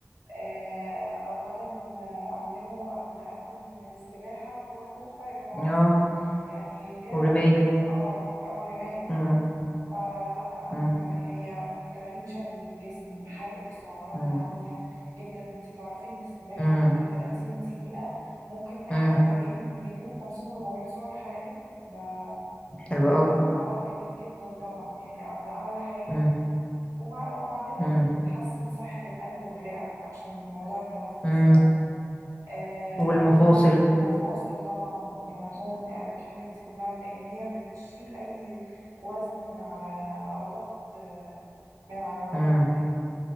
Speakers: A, on the right; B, on the left.
A: آه، أولا آه، علموا أبنائكم السباحة وركوب الخيل فهو
B: أمم.
A: أصلا
B: اه
A: يعني فيها
B: والرمايه
A: تمارين اه أو الرماية طبعا
B: امم
A: فلا آه،
B: امم
A: تما- هي تمارين شامل للجسم حرق سعرات
B: امم
A: عالية جدا انت تعرفي ان السباحة
B: امم
A: لمدة 30 دقيقة ممكن تحرق
B: أمم.
A: ما بين 250 و 400 سعر حراري ده
B: حلو
A: ده
B: قوي
A: اه جميل جدا طبعا دي يعني أ- ده أعلى حاجة
B: امم
A: وبع- وبعدين برضو
B: امم
A: بتحسن صحة القلب والرئة عشان موضوع التنفس
B: أمم.
A: ده آه
B: والمفاصل
A: برضو مفاصل طبعا والعظام يعني الحاجات دي كلها لأن هي بتشيل أي وزن من على أو ضغط آه، من على الركب
B: امم
A: وكده